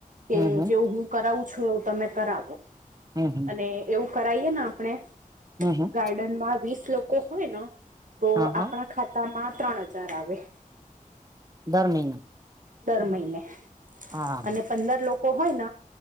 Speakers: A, on the right (about 65°); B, on the right (about 25°).
A: કે
B: હમ હમ
A: જેવ હું કરાવું છું એવું તમે કરાવો
B: હમ હમ
A: અને એવું કરાવએ ને આપણે
B: હમ હમ
A: ગાર્ડનમાં વીસ લોકો હોયને તો
B: હા
A: આપણા
B: હા
A: ખાતા તામાં ત્રણ હજાર આવે
B: દર મહિના
A: દર મહિને
B: હા
A: અને પંદર લોકો હોય ન